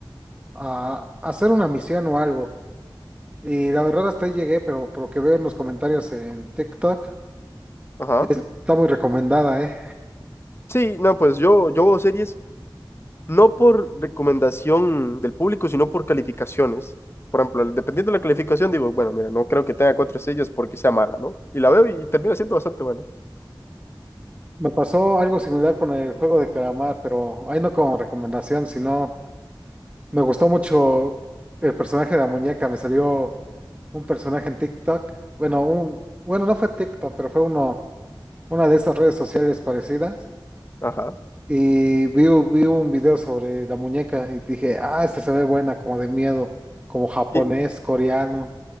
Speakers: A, on the right; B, on the left.
A: a hacer una misión o algo. Y la verdad hasta ahí llegué, pero por lo que veo en los comentarios en TikTok,
B: Ajá.
A: está muy recomendada, ¿eh?
B: Sí, no, pues yo, yo veo series no por recomendación del público, sino por calificaciones. Por ejemplo, el- dependiendo de la calificación, digo, bueno, mira, no creo que tenga cuatro estrellas porque sea mala, ¿no? Y la veo y termina siendo bastante buena.
A: Me pasó algo similar con el juego de calamar, pero ahí no como recomendación, sino me gustó mucho el personaje de la muñeca. Me salió un personaje en TikTok. Bueno, un, bueno, no fue TikTok, pero fue uno, una de esas redes sociales parecidas.
B: Ajá.
A: Y vi, vi un video sobre la muñeca y dije, ah, esta se ve buena, como de miedo, como japonés,
B: Y-
A: coreano.